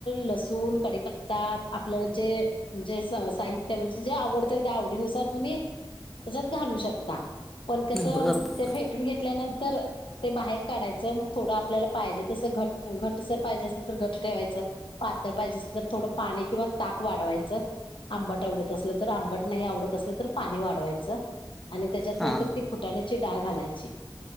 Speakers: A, on the left; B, in the centre.
A: लसूण, कडीपता आपल्याला जेे साहित्य म्हणजे जे आवडत. आवडीनुसार तुम्ही त्याचत घालू शकता. पण कसं
B: बरं बरं
A: ते फेटून घेतल्यानंतर ते बाहेर काढायचं मग थोडं-' आपल्याला पाहिजे तस घट घटसर पाहिजे असेल तर घट ठेवायचं पातळ पाहिजे असेल तर थोडं पाणी किंवा ताक वाढवायचं आंबट आवडत असलं तर आंबट नाही आवडत असलं तर पाणी वाढवायचं. आणि त्याच्यात
B: हां
A: नाहीतर ती फुटाण्याची डाळ घालायची